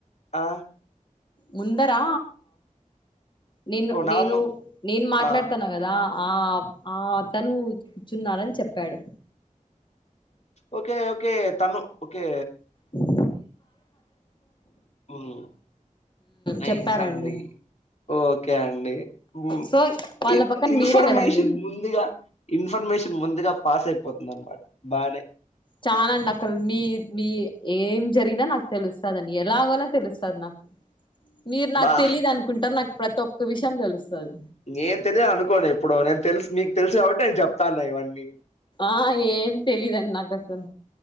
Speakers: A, on the left; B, on the left.
A: ఆ
B: ముందరా నేను
A: ఓ నా
B: నేను
A: ముం
B: నేను మాట్లాడుతన్నా
A: ఆ
B: కదా ఆ ఆ అతను కూర్చున్నారని చెప్పాడు
A: ఓకే ఓకే తను ఓకే
B: ఉ
A: మ్మ్ నైస్
B: చెప్పారండి
A: అండి ఓకే అండి ఉ
B: సో వాళ్ళ
A: ఇన్
B: పక్కన
A: ఇన్ఫర్మేషన్
B: మీరే కదండి
A: ముందుగా ఇన్ఫర్మేషన్ ముందుగా పాస్ అయిపోతుంది అనమాట బానే
B: చానండి అక్క మీ మీ ఏం జరిగినా నాకు తెలుస్ తాదని ఎలాగోలా తెలుస్తది నాకు మీరు నాకు
A: బా
B: తెలీదు అను కుంటారు నాకు ప్రతి ఒక్క విషయం తెలుస్తాది
A: నేను తెలిదు అనుకోను ఎప్పుడు నేను తెలుసు నీకు తెలుసు కాబట్టి నేను చెప్తాన్నా ఇవన్నీ
B: ఆ ఏం తెలీదు అండి నాకు అసలు